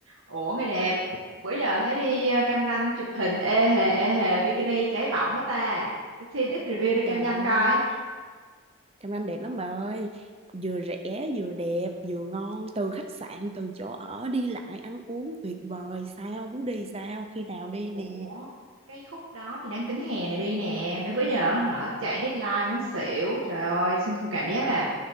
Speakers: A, on the right (about 70°); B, on the right (about 30°).
A: Ủa người đẹp, bữa giờ thấy đi ờ, cam ranh chụp hình ê hề ê hề bikini cháy bỏng quá ta. Xin xin ít review đi cam
B: Trời ơi,
A: ranh coi.
B: trong Nam đẹp lắm bà ơi. Vừa rẻ, vừa đẹp, vừa ngon. Từ khách sạn, từ chỗ ở, đi lại, ăn uống tuyệt vời. Sao, muốn đi sao, khi nào đi
A: Ủa,
B: nè.
A: cái khúc đó thì đang tính hè này đi nè, mấy bữa giờ hả chạy deadline muốn xỉu. Trời ơi, xong tôi cảm giác là